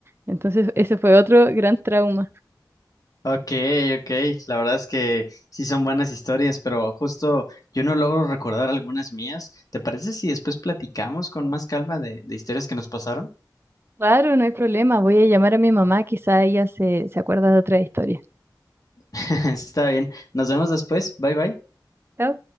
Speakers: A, on the right; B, on the left.
A: Entonces ese fue otro gran trauma.
B: Ok, ok, la verdad es que sí son buenas historias, pero justo yo no logro recordar algunas mías. ¿Te parece si después platicamos con más calma de, de historias que nos pasaron?
A: Claro, no hay problema, voy a llamar a mi mamá, quizá ella se, se acuerda de otra historia.
B: <laughs> Está bien, nos vemos después, bye bye.
A: Chao.